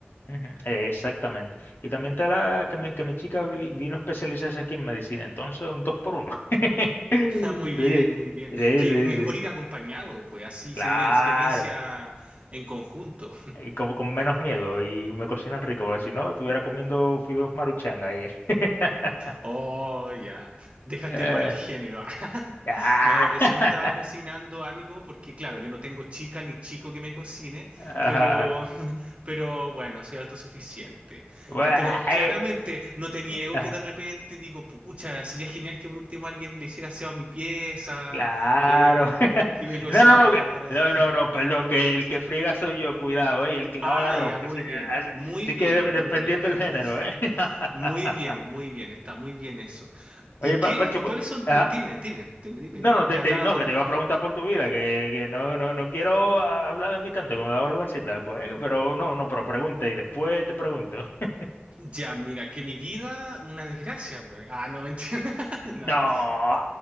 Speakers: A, on the left; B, on the right.
A: Ujú, eh, Exactamente. Y también está la que mi, que mi chica vi- vino a especializarse aquí en medicina. Entonces, un dos por uno. <laughs>
B: <laughs> Ah, Muy bien,
A: Sí,
B: muy bien.
A: sí,
B: Qué
A: sí.
B: mejor
A: sí.
B: ir acompañado, pues así
A: Claro.
B: se vive la experiencia en conjunto.
A: Y como con menos miedo. Y me cocinan rico. Porque si no, estuviera comiendo fideos maruchan ahí. <laughs>
B: Oh, ya. Dejaste
A: Eh,
B: mal al género. <laughs>
A: ah,
B: No, yo recién me estaba cocinando
A: <laughs>
B: algo porque, claro, yo no tengo chica ni chico que me cocine,
A: ajá,
B: pero,
A: ajá.
B: <laughs> pero bueno, soy autosuficiente.
A: Bueno,
B: Y, pero
A: <laughs>
B: claramente
A: eh,
B: no te niego
A: ajá.
B: que de repente digo, pucha, sería genial que por último alguien le hiciera aseo a mi pieza,
A: Claro.
B: eh, que
A: <laughs>
B: que me cocinara.
A: No, no, no, que-
B: <laughs> así.
A: no, no, no, perdón, que el que friega soy yo, cuidado, ¿eh? Y el que lava
B: Ah,
A: la ropa.
B: ya, muy
A: Así,
B: bien,
A: así-
B: muy
A: así
B: bien,
A: que de-
B: muy
A: dependiendo
B: bien. <laughs>
A: del género, ¿eh? <laughs>
B: Muy bien, muy bien, está muy bien eso.
A: Oye,
B: ¿Y
A: Pa-
B: qué?
A: Pancho,
B: ¿Y
A: cu-
B: cuáles son
A: ajá.
B: tus? Dime, dime, dime, dime,
A: No,
B: dime.
A: no,
B: ¿Qué
A: te,
B: ha
A: te-
B: hablado?
A: no, que te iba a preguntar por tu vida, que, que no, no, no quiero ah, hablar de mí tanto, que me da vergüencita después, ¿eh? Pero no, no, pero pregunta y después te pregunto. <laughs>
B: Ya, mira, que mi vida, una desgracia, pues. Ah, no, mentira. <laughs> No.
A: No.
B: <laughs>